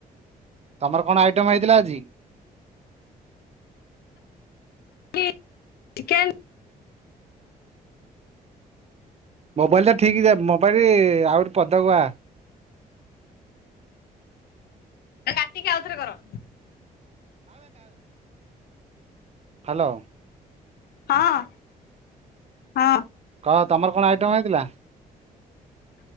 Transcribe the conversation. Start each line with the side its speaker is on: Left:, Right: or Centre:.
Right: ତମର କଣ ଆଇଟମ୍ ହେଇଥିଲା ଆଜି?
Left: <inaudible> ଚିକେନ୍।
Right: ମୋବାଇଲ ଟା ଠିକ୍ ଯା ମୋବାଇଲି-ଇ ଆଉରି ପଦ କୁ ଆ।
Left: କାଟିକି ଆଉଥିରେ କର।
Right: ହାଲୋ!
Left: ହଁ ହଁ।
Right: ହଁ, ତମର କଣ ଆଇଟମ୍ ହେଇଥିଲା?